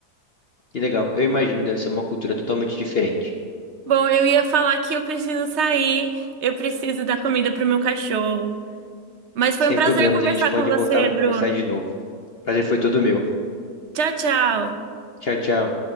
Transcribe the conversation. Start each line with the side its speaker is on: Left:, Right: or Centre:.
Left: Que legal. Eu imagino, deve ser uma cultura totalmente diferente.
Right: Bom, eu ia falar que eu preciso sair, eu preciso dar comida pro meu cachorro. Mas foi
Left: Sem
Right: um prazer
Left: problemas,
Right: conversar
Left: a gente pode
Right: com você,
Left: voltar a conversar
Right: Bruno.
Left: de novo. Prazer foi todo meu.
Right: Tchau, tchau.
Left: Tchau, tchau.